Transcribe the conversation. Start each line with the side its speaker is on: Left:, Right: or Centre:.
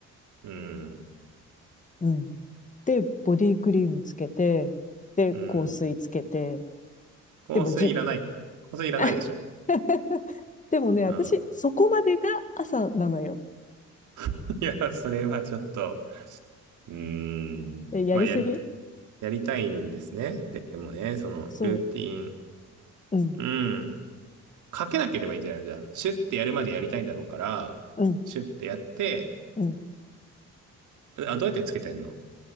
Right: うん。
Left: うん。で、ボディクリームつけて、で、
Right: うん。
Left: 香水つけて、
Right: 香水いらない。
Left: でもじ、
Right: 香水いらないでしょ。
Left: <laughs> でもね、私、
Right: うん。
Left: そこまでが朝なのよ。
Right: <laughs> いや、それはちょっと、うーん。
Left: え、やりすぎ
Right: まあ、やり、やりたいんですね。でもね、その、
Left: そ
Right: ルーティン。
Left: う。うん、
Right: うん。かけなければいいんじゃないのじゃあ、シュッてやるまでやりたいんだろうから、
Left: うん、
Right: シュッてやって、
Left: うん。
Right: うあ、どうやってつけてんの